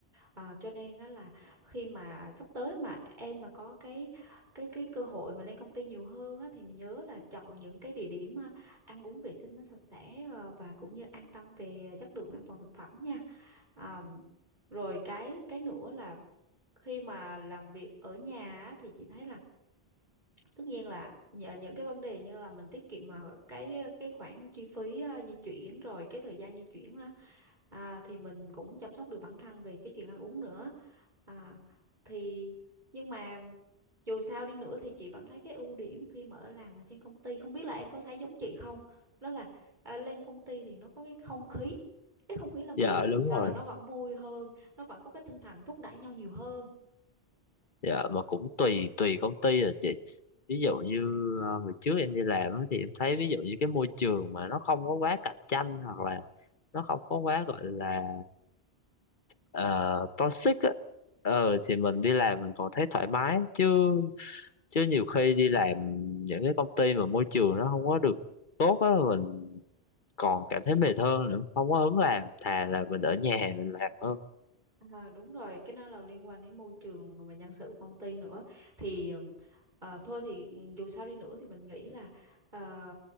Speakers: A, on the right (about 45°); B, on the left (about 45°).
A: à, cho nên á là khi mà sắp tới mà em mà có cái cái cái cơ hội mà lên công ty nhiều hơn á thì nhớ là chọn những cái địa điểm à, ăn uống vệ sinh nó sạch sẽ à, và cũng như an tâm về chất lượng an toàn thực phẩm nha à, rồi cái cái nữa là khi mà làm việc ở nhà á, thì chị thấy là tất nhiên là nhờ những cái vấn đề như là mình tiết kiệm ờ, cái cái khoản chi phí ờ, di chuyển rồi cái thời gian di chuyển đó, à, thì mình cũng chăm sóc được bản thân về cái chuyện ăn uống nữa à, thì nhưng mà dù sao đi nữa thì chị vẫn thấy cái ưu điểm khi mà ở làm ở trên công ty không biết là em có thấy giống chị không đó là à, lên công ty thì nó có cái không khí cái không khí làm
B: dạ
A: việc dù
B: đúng
A: sao
B: rồi
A: là nó vẫn vui hơn nó vẫn có cái tinh thần thúc đẩy nhau nhiều hơn
B: dạ mà cũng tùy tùy công ty rồi chị ví dụ như ờ, hồi trước em đi làm á, thì em thấy ví dụ như cái môi trường mà nó không có quá cạnh tranh hoặc là nó không có quá gọi là ờ, toxic á ờ thì mình đi làm mình còn thấy thoải mái chứ chứ nhiều khi đi làm những cái công ty mà môi trường nó không có được tốt á mình còn cảm thấy mệt hơn nữa không có hứng làm thà là mình ở nhà mình làm hơn
A: À, đúng rồi, cái đó là liên quan đến môi trường và nhân sự của công ty nữa. Thì ừm, ờ, thôi thì ừm, dù sao đi nữa thì mình nghĩ là ờ,